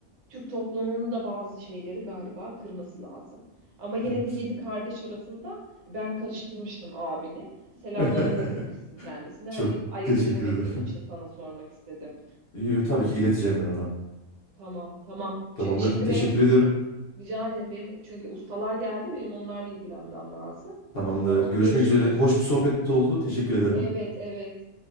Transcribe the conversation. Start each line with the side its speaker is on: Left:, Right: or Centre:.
Right: Türk toplumunun da bazı şeyleri galiba kırması lazım. Ama yine
Left: Evet.
Right: de yedi kardeş arasında ben karıştırmıştım abini. Selamlarımı
Left: <laughs>
Right: iletirsin kendisine.
Left: Çok
Right: Hani ayırt
Left: teşekkür
Right: edemediğim
Left: ederim.
Right: için sana sormak istedim.
Left: <laughs> Yo, Tabii ki ileteceğim ben ona.
Right: Tamam tamam.
Left: Tamamdır.
Right: Çü- Şimdi
Left: Teşekkür
Right: benim git
Left: ediyorum.
Right: rica ederim benim çünkü ustalar geldi benim onlarla ilgilenmem lazım.
Left: Tamamdır.
Right: Tamam
Left: Görüşmek
Right: görüşürüz.
Left: üzere. Hoş bir sohbet oldu. Teşekkür ederim.
Right: Evet evet.